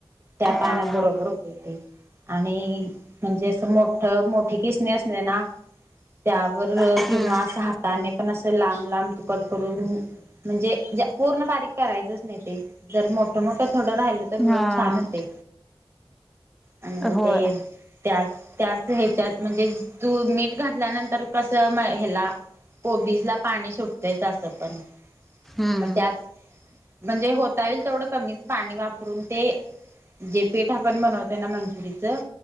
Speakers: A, on the right (about 30°); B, in the centre.
A: त्या
B: हा
A: पाण्या
B: हा
A: बरोबर होते ते. आणि म्हणजे अस मोठ मोठी किसणी असणे ना. त्यावर
B: हम्म
A: किंवा अस हाताने पण अस लांब लांब तुकट करून म्हणजे पूर्ण बारीक करायचच नाही ते जर मोठं मोठं थोड राहिल. तर लोट
B: हा
A: छान होतय. आणि मग
B: होय
A: ते त्यात, त्याच हेच्यात म्हणजे तू मीठ घातल्यानंतर कस म ह्याला कोबीज ला पाणी सुटतेयच असं पण.
B: हम्.
A: मग त्याच म्हणजे होता येईल तेवढ कमीच पाणी वापरून ते जे पेठ आपण बनवतोय ना मंचुरीचं.